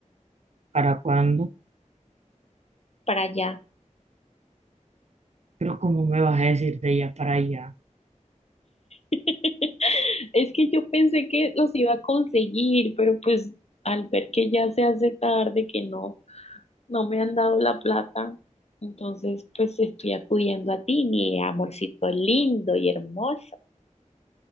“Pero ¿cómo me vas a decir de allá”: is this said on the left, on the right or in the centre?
Right